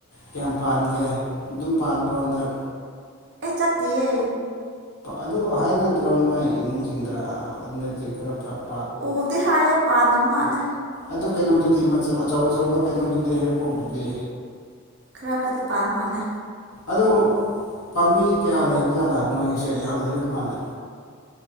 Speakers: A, on the left; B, on the right.
A: ꯀꯌꯥꯝ ꯄꯥꯟꯒꯦ ꯑꯗꯨꯝ ꯄꯥꯟꯕꯔꯣ ꯍꯟꯗꯛ
B: ꯑꯩ ꯆꯠꯇꯤꯌꯦ
A: ꯑꯗꯨ ꯍꯥꯏꯅꯗ꯭ꯔꯣ ꯅꯣꯏ ꯏꯃꯨꯡꯁꯤꯡꯗ ꯍꯟꯗꯛꯇꯤ ꯈꯔ ꯐꯕ
B: ꯎꯗꯦ ꯍꯥꯏꯌꯦ ꯄꯥꯟꯗꯃ ꯃꯥꯜꯂꯦ
A: ꯑꯗꯨ ꯀꯩꯅꯣꯗꯨꯗꯤ ꯑꯆꯧ ꯑꯆꯧꯕ ꯀꯩꯅꯣꯗꯨꯗꯤ ꯍꯩꯔꯤꯄꯣꯛꯇꯨꯗꯤ
B: ꯈꯔ ꯈꯔꯗꯤ ꯄꯥꯜ ꯃꯥꯜꯂꯦ
A: ꯑꯗꯨ ꯄꯥꯝꯕꯤꯖꯤ ꯀꯌꯥ ꯂꯩꯕꯖꯥꯠꯂꯥ ꯅꯣꯏꯒꯤꯁꯦ ꯌꯥꯝ ꯂꯩꯕ ꯃꯥꯜꯂꯦ